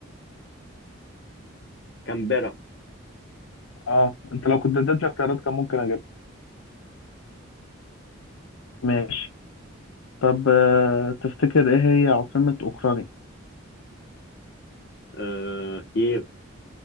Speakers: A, on the left (about 50°); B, on the left (about 80°).
A: كامبرا
B: اه انت لو كنت اديتني اختيارات كان ممكن اجيبها ماشي طب آه تفتكر ايه هي عاصمة اوكرانيا
A: آه كييف